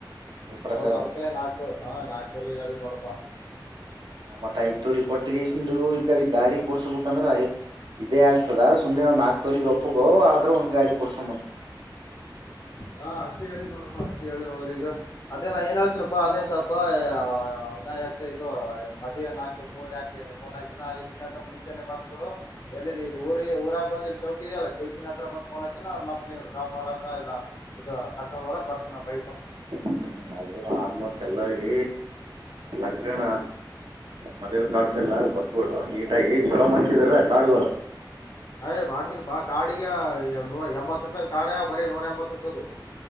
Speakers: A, on the right; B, on the left.
A: ನನ್ ಪ್ರಕಾರ
B: ಹೌದು ಅದ್ಕಲೆ ನಾಕು ಹ ನಾಲ್ಕಲ್ಲಿ ಹೇಳಿ ನೋಡಪ್ಪಾ
A: ನ ಮತ್ತ ಆಯ್ತೋ್ರ ಕೊಟ್ಟಿಗೆಸಂದು ಈ ಕಡೆ ಗಾಡಿ ಕೊಡ್ಸ್ಬೇಕಂದ್ರ ಇದೇ ಆಗ್ತದ ಸುಮ್ನೆ ಒ್ ನಾಲ್ಕ್ ತಲಿಗೆ ಒಪ್ಪಗೋ ಆದ್ರೂ ಒಂದ್ ಗಾಡಿ ಕೊಡ್ಸಂತ
B: ಹ ಅಷ್ಟೇ ಹೇಳಿ ನೋಡಪ್ಪ ಅಷ್ಟೇ ಹೇಳಿ ಅವ್ರಗ ಅದೇ ನಾ ಏನ್ ಹೇಳ್ತೀನಪ್ಪಾ ಅದೇ ಸ್ಲ್ಪ ಯಾ ಇದು ಮದವಿ ನಾಕು ಮೂರ್ ನಕ ಮೂರ್ನಾಾಕಕ್ ದಿನ ಇದಕ್ಕೆ ಅಂತ ಮುಂಚೆನೆ ಬಂದ್ಬಿಡು ಎ ನೀ ಊ ಊರಾಗ ಬಂದಿ ಚೌಕಿದ ಅಲ್ಲ ಚೌಕಿಿನ ಹತ್ರ ಬ್ ಫೋನ್ ಹಚ್ಚ ಮತ್ತೆ ನೀನು ಡ್ರಾಪ್ ಮಾಡ ಇಲ್ಲ ಇದು ಕರ್ಕೊಂಡ್ ಹೊರಕ್ ಬರ್ತೇ ನ ಬೈ
A: ಹ್ಮ್ ಅದು ಆಲ್ಮೋಸ್ಟ್ ಎಲ್ಲರಿಗ ಲಕ್ಕಣ ಮದ್ ಕಾಡ್ಸ್ ಎಲ್ಲಾ ಕೊತ್ಗಳು ನೀಟಾಗಿ ಚೊಲೋ ಮಲ್ಸಿದ್ರ ಕಾಡುಗಳು
B: ಅಯ್ ಮಾಡ್ಸಿನ ಪಾ ಕಾಡಿಗ ನೂರ ಎಂಬತ್ ರೂಪಾಯದ ಕಾಡ ಬರೀ ನೂರ ಎಂಬತ್ ರೂಪಾಯದು